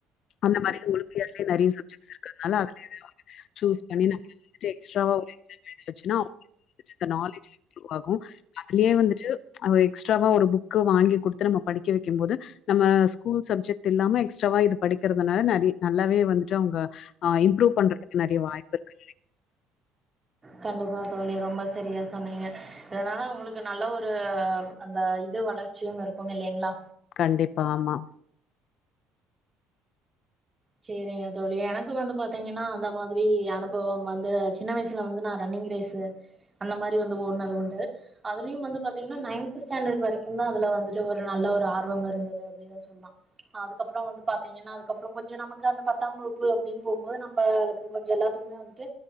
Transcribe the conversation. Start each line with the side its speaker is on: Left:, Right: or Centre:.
Left: அந்த மாரி ஒலிம்பியாட்ல நறைய சப்ஜெக்ட்ஸ் இருக்கனால அதுல எதாவ்து சூஸ் பண்ணி நம்ம வந்துட்டு எக்ஸ்ட்ராவா ஒரு எக்ஸாம் எழுத வச்சுனா அவுங்களுக்கு வந்துட்டு இந்த நாலேஜ் இம்புரூவ் ஆகு அதுலே வந்துட்டு எக்ஸ்ட்ராவா ஒரு புக்கு வாங்கி குடுத்து நம்ம படிக்க வெக்கும்போது நம்ம ஸ்கூல் சப்ஜெக்ட் இல்லாம எக்ஸ்ட்ராவா இது படிக்குறதுனால நறி நல்லாவே வந்துட்டு அவுங்க ஆ இம்ப்ரூவ் பண்றதுக்கு நறைய வாய்ப்பிருக்கு
Right: கண்டிப்பா தோழி ரொம்ப சரியா சொன்னீங்க இதனால உங்ளுக்கு நல்ல ஒரு அந்த இது வளர்ச்சியும் இருக்கும் இல்லிங்ளா
Left: கண்டிப்பா ஆமா
Right: சேரிங்க தோழி எனக்கு வந்து பாத்தீங்கனா அந்த மாதிரி அனுபவம் வந்து சின்ன வய் சுல வந்து நா ரன்னிங் ரேஸ்ஸு அந்த மாரி வந்து ஓட்னது உண்டு அதுலயும் வந்து பாத்தீங்கனா நைன்த்து ஸ்டாண்டர்ட் வரைக்கு தா அதுல வந்துட்டு ஒரு நல்ல ஒரு ஆர்வம் இருந்தது அப்டினு சொல்லா ஆ அதுக்கப்றோ வந்து பாத்தீங்கனா அதுக்கப்றோ கொஞ்சோ நம்ம ளா அந்த பத்தாம் வகுப்பு அப்டின் போம்போது நம்ப அதுக்கு கொஞ்சோ எல்லாத்துக்குமே வந்துட்டு